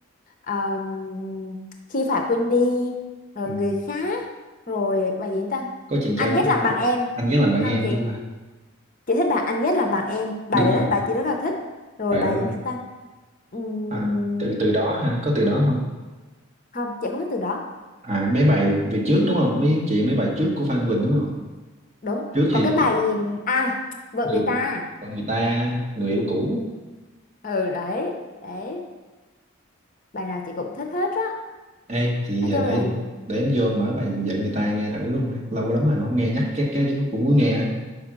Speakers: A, on the left (about 40°); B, on the right (about 35°).
A: um, khi phải quên đi rồi
B: Ừ.
A: người khác rồi bài gì ta
B: có chàng
A: anh
B: trai biết
A: ghét
B: không
A: làm
B: chàng
A: bằng em
B: trai anh rất làm bạn
A: không
B: em
A: chị
B: đúng không
A: chị thích bài anh ghét làm bằng em bài
B: đúng
A: đấy
B: rồi
A: là bài chị rất là thích rồi
B: bài
A: bài
B: đó
A: gì nữa ta Ừm,
B: à, từ từ đó hả có từ đó không
A: không chị không thích từ đó
B: à mấy bài về trước đúng không mấy chị mấy bài trước của Phan Quỳnh đúng không
A: đúng
B: trước
A: có
B: thì
A: cái bài gì à vợ
B: người,
A: người ta
B: còn người ta người yêu cũ
A: ừ đấy đấy bài nào chị cũng thích hết á
B: ê thì
A: nói
B: giờ
A: chung
B: để
A: là
B: để em vô mở bài vợ người ta nghe thử luôn lâu lắm rồi mà không nghe nhắc cái cái chứ cũng muốn nghe á.